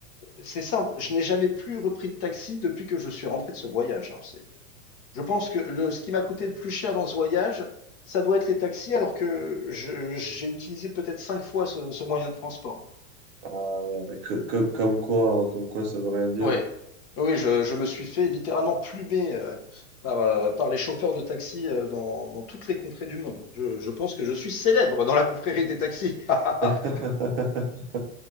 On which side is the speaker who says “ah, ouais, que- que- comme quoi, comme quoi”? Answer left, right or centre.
Right